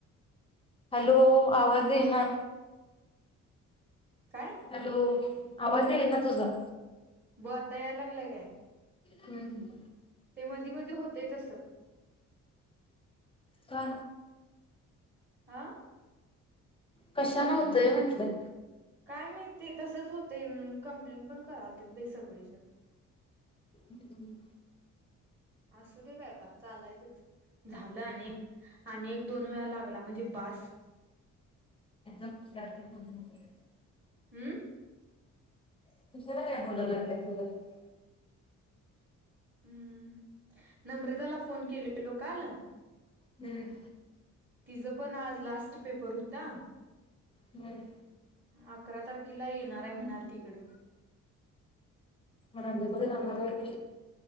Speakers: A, on the left; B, on the right.
A: हॅलो आवाज येईना.
B: काय?
A: हॅलो आवाज येईना तुझा
B: ब आता यायला लागलाय काय?
A: हम्म.
B: ते मधी मधी होतय तस
A: का
B: आह
A: कशाला होतय म्हंटल?
B: काय माहिती तसंच होतय कम्प्लेंट पण करायल ते सगळीजण
A: हम्म.
B: असू दे बाय आता चालायचच झालं आणि एक आणि एक दोन वेळा लागला म्हणजे बास
A: <inaudible>
B: हम्म.
A: <inaudible>
B: हम्म नम्रताला फोन केलेलो काल
A: हम्म.
B: तिचं पण आज लास्ट पेपर होता
A: व्हय.
B: अकरा तारखेला येणार आहे म्हणाली तिकड
A: <unintelligible> जमणार <unintelligible>